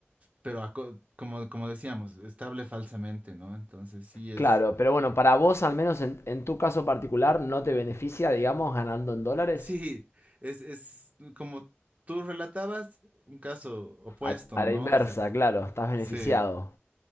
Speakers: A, on the right (about 35°); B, on the left (about 80°).
A: pero aco- como, como decíamos, estable falsamente, ¿no? Entonces sí es...
B: Claro, pero bueno, para vos, al menos en, en tu caso particular, no te beneficia, digamos, ganando en dólares.
A: Sí, es, es como tú relatabas, un caso opuesto,
B: A, a la
A: ¿no?
B: inversa,
A: O sea,
B: claro, estás beneficiado
A: sí,